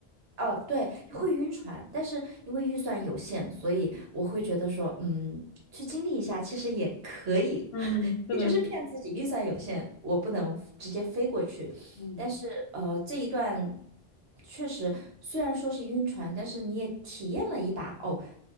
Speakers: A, on the right; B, on the left.
A: 哦，对，会晕船，但是因为预算有限，所以我会觉得说，嗯，去经历一下其实也可以，
B: 嗯，
A: <laughs>
B: 是的，
A: 也就是骗自己预算有限，
B: 是的
A: 我不能直接飞过去。
B: 嗯，
A: 但是呃，这一段确实虽然说是晕船，但是你也体验了一把哦，